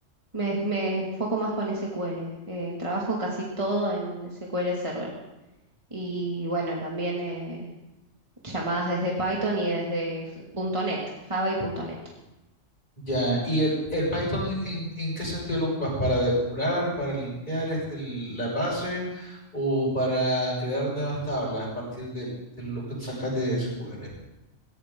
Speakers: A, on the right; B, on the left.
A: Me, me foco más con SQL. eh, trabajo casi todo en SQL Server. Y bueno, también eh, llamadas desde Python y desde j- punto .NET, Java y punto .NET.
B: Ya, ¿y el, el Python en, en- en qué sentido lo ocupas? ¿Para depurar, para limpiar este, el- la base o para crear nuevas tablas a partir del- de, lo que sacas de SQL?